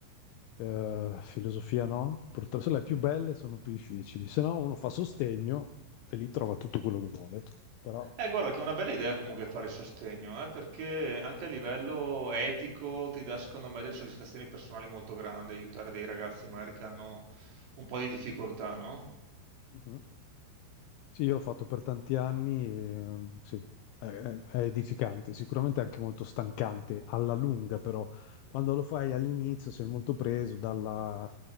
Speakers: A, on the left; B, on the right.
A: Eh, filosofia no, purtroppo se le più belle sono più difficili, se no uno fa sostegno e lì trova tutto quello che vuole, però...
B: Eh, guarda che è una bella idea comunque fare il sostegno, eh, perché anche a livello etico ti dà secondo me delle soddisfazioni personali molto grandi, aiutare dei ragazzi magari che hanno un po' di difficoltà, no?
A: Mhm. Sì, io l'ho fatto per tanti anni e mhmm, sì, è, è- è edificante, sicuramente anche molto stancante alla lunga, però quando lo fai all'inizio sei molto preso dalla,